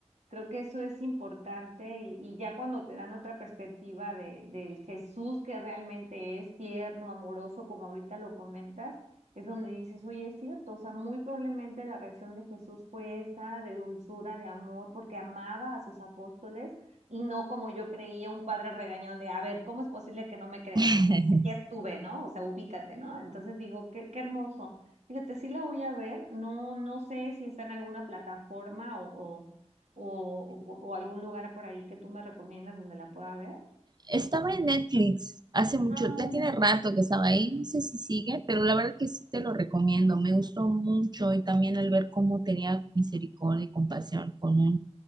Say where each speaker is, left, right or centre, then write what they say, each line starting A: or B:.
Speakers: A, on the right; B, on the right.
A: creo que eso es importante y, y ya cuando te dan otra perspectiva de, del Jesús que realmente es tierno, amoroso, como ahorita lo comentas, es donde dices, oye, es cierto, o sea, muy probablemente la reacción de Jesús fue esa, de dulzura, de amor, porque amaba a sus apóstoles y no como yo creía un padre regañón de, a ver, ¿cómo es posible que no me creas?
B: <laughs>
A: Aquí estuve, ¿no? O sea, ubícate, ¿no? Entonces digo, qué, qué hermoso. Fíjate, sí la voy a ver, no, no sé si está en alguna plataforma o, o, o, o- o algún lugar por ahí que tú me recomiendas donde la pueda ver.
B: Estaba en Netflix hace mucho,
A: Ah,
B: ya
A: órale.
B: tiene rato que estaba ahí, no sé si sigue, pero la verdad que sí te lo recomiendo, me gustó mucho y también al ver cómo tenía misericordia y compasión con un,